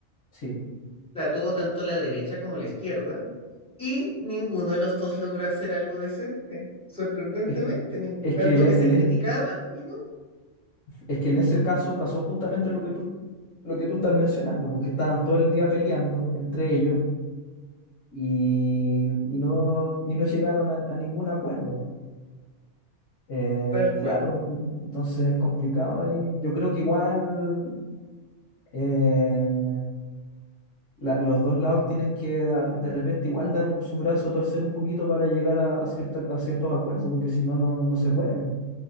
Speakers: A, on the left; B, in the centre.
A: sí.
B: La tuvo tanto la derecha como la izquierda y ninguno de los dos logró hacer algo decente. Sorprendentemente,
A: Es,
B: nin-
A: es
B: tanto
A: que en, e-
B: que se
A: en
B: criticaba
A: es,
B: y no,
A: es que en ese caso pasó justamente lo que tú, lo que tú estás mencionando, porque estaban todo el día peleando entre ellos y, y no, y no llegaron a, a ningún acuerdo. Eh,
B: tal cual.
A: claro, entonces es complicado ahí. Yo creo que igual eh, la- los dos lados tienen que a- de repente igual dar un- su brazo a torcer un poquito para llegar a, a, cierta- a ciertos acuerdos, porque si no, no, no se puede.